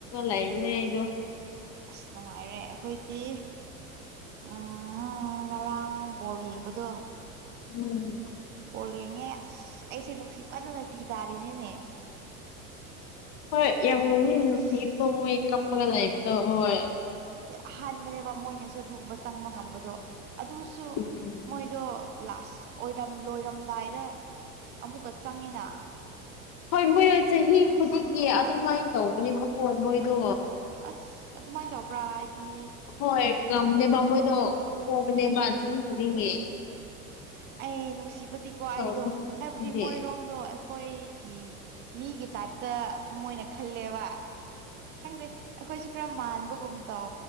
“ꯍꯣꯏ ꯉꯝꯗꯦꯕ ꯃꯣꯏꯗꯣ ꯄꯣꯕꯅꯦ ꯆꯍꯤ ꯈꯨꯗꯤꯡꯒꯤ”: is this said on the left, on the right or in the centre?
Left